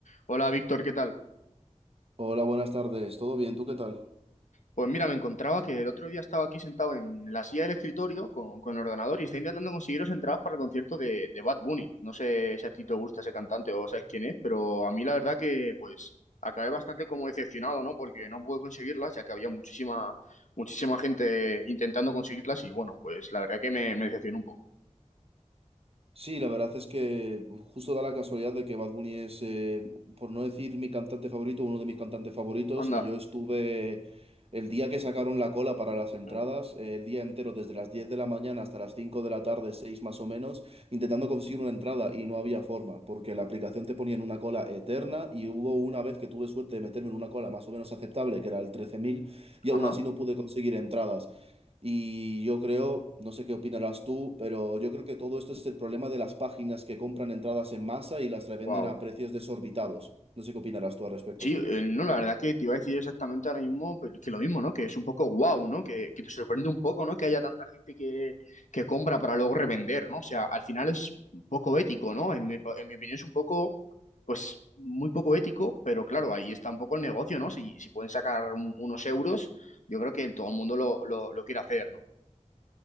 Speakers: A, on the left; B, on the right.
A: Hola Víctor, ¿qué tal?
B: Hola, buenas tardes. ¿Todo bien? ¿Tú qué tal?
A: Pues mira, me encontraba que el otro día estaba aquí sentado en la silla del escritorio con, con el ordenador y está intentando conseguiros entradas para el concierto de, de Bad Bunny. No sé si a ti te gusta ese cantante o sabes quién es, pero a mí la verdad que pues acabé bastante como decepcionado, ¿no? Porque no pude conseguirlas, ya que había muchísima, muchísima gente intentando conseguirlas y bueno, pues la verdad que me, me decepcionó un poco.
B: Sí, la verdad es que justo da la casualidad de que Bad Bunny es, eh, por no decir mi cantante favorito, uno de mis cantantes favoritos.
A: Anda.
B: Y yo estuve el día que sacaron la cola para las
A: Ujú.
B: entradas, eh, el día entero, desde las 10 de la mañana hasta las 5 de la tarde, 6 más o menos, intentando conseguir una entrada y no había forma, porque la aplicación te ponía en una cola eterna. Y hubo una vez que tuve suerte de meterme en una cola más o menos aceptable, que era el 13.000 y aún
A: Ajá.
B: así no pude conseguir entradas. Y yo creo, no sé qué opinarás tú, pero yo creo que todo esto es el problema de las páginas que compran entradas en masa y las revenden
A: Wow.
B: a precios desorbitados. No sé qué opinarás tú al respecto.
A: Sí, eh, no, la verdad que te iba a decir exactamente ahora mismo, pero es que lo mismo, ¿no? Que es un poco guau, ¿no? Que, que te sorprende un poco, ¿no? Que haya tanta gente que, que compra para luego revender, ¿no? O sea, al final es un poco ético, ¿no? En mi, en mi opinión es un poco, pues, muy poco ético, pero claro, ahí está un poco el negocio, ¿no? Si, si pueden sacar un- unos euros, yo creo que todo el mundo lo, lo, lo quiere hacer, ¿no?